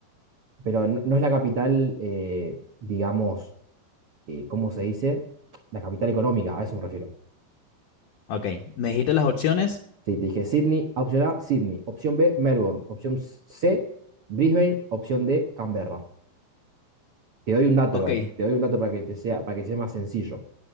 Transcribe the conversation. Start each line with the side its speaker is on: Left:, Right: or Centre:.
Right: Pero no, no es la capital, eh, digamos, eh, ¿cómo se dice? La capital económica, a eso me refiero.
Left: Ok, ¿me dijiste las opciones?
Right: Sí, te dije Sydney, opción A, Sydney. Opción B, Melbourne. Opción C, Brisbane. Opción D, Canberra. Te doy un dato,
Left: Ok,
Right: igual, te doy un dato para que te sea, para que sea más sencillo.